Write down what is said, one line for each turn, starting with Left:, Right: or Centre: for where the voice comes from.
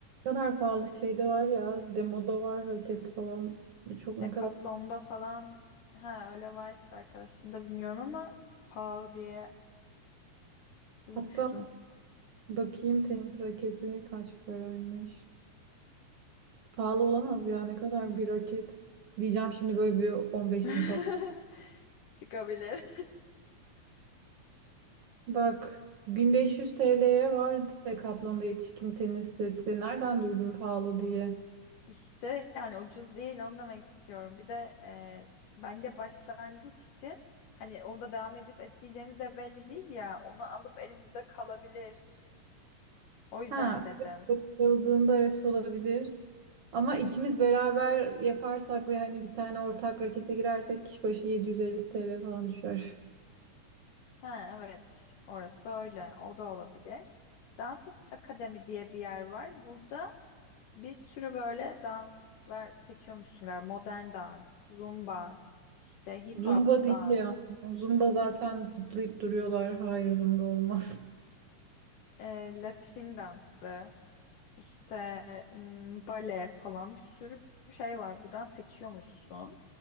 Right: Ne kadar pahalı şey de var ya. Demoda var raket falan. Çok ne
Left: Decathlon'da
Right: kadar.
Left: falan ha öyle varsa arkadaşında bilmiyorum ama pahalı diye duymuştum.
Right: Hatta bakayım tenis raketi kaç paraymış. Pahalı olamaz ya ne kadar bir raket. Diyeceğim şimdi böyle bir 15
Left: <laughs>
Right: bin falan.
Left: Çıkabilir.
Right: Bak 1500 TL'ye var Decathlon'da yetişkin tenis seti. Nereden duydun pahalı diye?
Left: İşte yani ucuz değil onu demek istiyorum. Bir de e, bence başlangıç için hani onda devam edip etmeyeceğimiz de belli değil ya. Onu alıp elimizde kalabilir. O yüzden
Right: Ha,
Left: dedim.
Right: bakıldığında evet olabilir. Ama ikimiz beraber yaparsak ve hani bir tane ortak rakete girersek kişi başı 750 TL falan düşer.
Left: Ha evet orası öyle o da olabilir. Dans Akademi diye bir yer var. Burada bir sürü böyle danslar seçiyormuşsun galiba. Modern dans, zumba, işte hip
Right: Zumba
Left: hop
Right: değil
Left: dans,
Right: yani. Zumba zaten zıplayıp duruyorlar. Hayır zumba olmaz.
Left: e, Latin dansı. İşte m, bale falan bir sürü şey var. Buradan seçiyormuşsun.